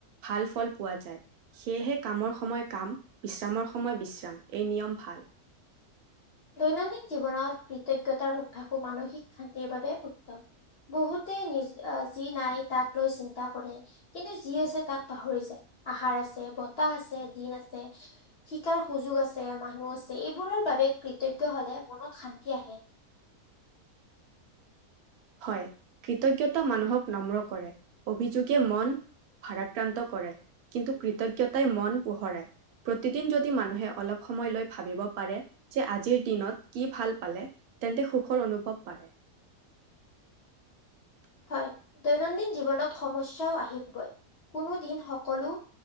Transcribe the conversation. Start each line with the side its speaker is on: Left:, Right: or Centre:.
Right: ভাল ফল পোৱা যায়। সেয়েহে কামৰ সময় কাম বিশ্ৰামৰ সময় বিশ্ৰাম এই নিয়ম ভাল।
Left: দৈনন্দিন জীৱনত কৃতজ্ঞতাৰ অভ্যাসো মানসিক শান্তিৰ বাবে উত্তম। বহুতে নিজ যি নাই তাক লৈ চিন্তা কৰে। কিন্তু যি আছে তাক পাহৰি, যায় আহাৰ, আছে বতাহ, আছে দিন আছে। শিকাৰ সুযোগ আছে মানুহ আছে এইবোৰৰ বাবে কৃতজ্ঞ হলে মনত শান্তি আহে।
Right: উ হয় কৃতজ্ঞতা মানুহক নম্ৰ কৰে অভিযোগে মন ভাৰাক্ৰান্ত কৰে কিন্তু কৃতজ্ঞতাই মন পোহৰাই। প্ৰতিদিন যদি মানুহে অলপ সময় লৈ পাৰে যে আজিৰ দিনত ভাল পালে তেন্তে সুখৰ অনুভৱ পাৰে। <inaudible>
Left: হয়, দৈনন্দিন জীৱনত সমস্যাও আহিবই। কোনো দিন সকলো